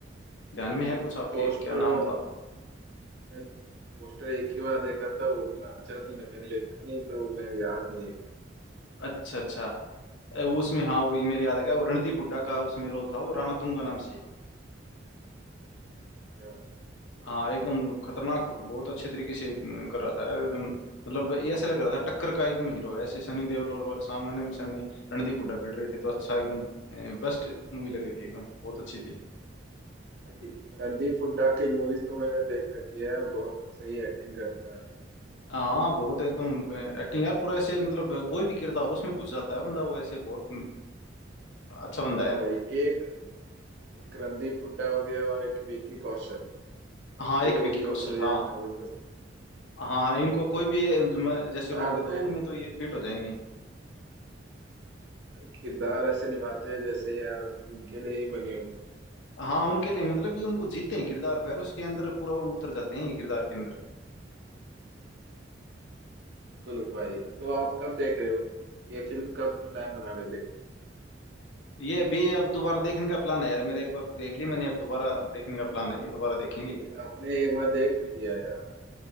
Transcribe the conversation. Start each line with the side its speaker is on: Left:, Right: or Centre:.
Left: ध्यान में है कुछ
Right: भाई
Left: आपके
Right: पोस्टर
Left: क्या नाम था वो
Right: पोस्टर एक ही बार देखा था उतना अच्छा से मैंने देखा नहीं तो मैं याद नहीं है कुछ
Left: अच्छा अच्छा अ, वो उसमें हाँ वो ये मेरे याद आ गया वो रणदीप हुड्डा का उसमें रोल था वो राणा तुंगा नाम से
Right: अच्छा
Left: हाँ एकदम खतरनाक बहुत अच्छे तरीके से अम, कर रहा था यार एकदम मतलब ये ऐसा लग रहा था टक्कर का एकदम हीरो है ऐसे सनी देओल और सामने सामने रणदीप हुड्डा भिड़ रहे थे तो अच्छा एकदम बेस्ट मूवी लग रही थी एकदम बहुत अच्छी थी
Right: भाई रणदीप हुड्डा की मूवीज तो मैंने देख रखी है और बहुत सही एक्टिंग करता है
Left: हाँ बहुत एकदम एक्टिंग यार पूरा ऐसे मतलब कोई भी किरदार हो, उसमें घुस जाता है बंदा वो ऐसे बहुत अम, अच्छा बंदा
Right: हाँ
Left: है यार
Right: भाई एक एक रणदीप हुड्डा हो गया और एक विकी कौशल भाई
Left: हाँ एक
Right: दो
Left: विकी
Right: हीरो
Left: कौशल
Right: तो यार
Left: हाँ
Right: जबरदस्त है
Left: हाँ हाँ इनको कोई
Right: भाई
Left: भी जम- जैसे
Right: कार
Left: रोल दे दो
Right: पे
Left: उनमें तो ये फिट हो जाएंगे
Right: भाई किरदार ऐसे निभाते हैं जैसे यार उनके लिए ही बनी हो फिल्म
Left: हाँ उनके लिए मतलब ये उनको जीते हैं किरदार को यार उसके अंदर पूरा वो उतर जाते हैं ये किरदार के
Right: हाँ
Left: अंदर
Right: बिल्कुल भाई तो आप कब देख रहे हो ये फिल्म कब प्लान बना रहे हो देखने
Left: ये भी अब दोबारा देखने का प्लान है यार मेरा एक बार तो देख ली मैंने अब दोबारा देखने का प्लान है ये दोबारा देखेंगे
Right: का? भाई आपने एक बार देख भी लिया यार